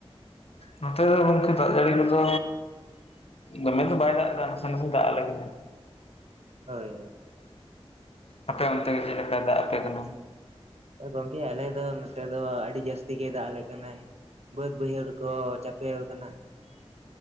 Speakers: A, on the left; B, on the right.
A: ᱱᱚᱛᱮ ᱫᱚ ᱜᱚᱝᱠᱮ ᱫᱟᱜ ᱡᱟᱹᱲᱤ ᱠᱚᱫᱚ ᱫᱚᱢᱮ ᱫᱚ ᱵᱟᱭ ᱫᱟᱜ ᱮᱫᱟ, ᱱᱟᱥᱮ ᱱᱟᱥᱮ ᱫᱟᱜ ᱟᱞᱮ ᱠᱟᱱᱟ᱾
B: ᱦᱳᱭ, ᱦᱳᱭ᱾
A: ᱟᱯᱮ ᱚᱱᱛᱮ ᱫᱚ ᱪᱮᱫ ᱞᱮᱠᱟᱭ ᱫᱟᱜ ᱟᱯᱮ ᱠᱟᱱᱟ?
B: ᱜᱚᱢᱠᱮ ᱟᱞᱮ ᱫᱚ ᱱᱚᱛᱮ ᱫᱚ ᱟᱹᱰᱤ ᱡᱟᱹᱥᱛᱤ ᱜᱮᱭ ᱫᱟᱜ ᱟᱞᱮ ᱠᱟᱱᱟᱭ᱾ ᱵᱟᱹᱫᱽ ᱵᱟᱹᱭᱦᱟᱹᱲ ᱠᱚ ᱪᱟᱯᱮ ᱟᱠᱟᱱᱟ᱾